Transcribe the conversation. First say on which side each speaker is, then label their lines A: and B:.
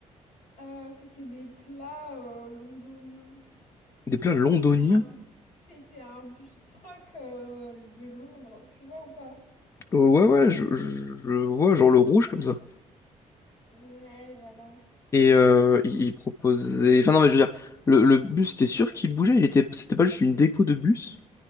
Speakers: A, on the left; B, on the left.
A: Euh, c'était des plats euh, londoniens.
B: Des plats
A: En fait,
B: londoniens?
A: C'était un, c'était un bus truck euh, de Londres, tu vois ou pas?
B: Oh, Ouais, ouais, je, je- je vois, genre le rouge comme ça.
A: Ouais, voilà.
B: Et euh, il, il proposait. Enfin, non, mais je veux dire, le, le bus, t'es sûr qu'il bougeait? Il était, c'était pas juste une déco de bus?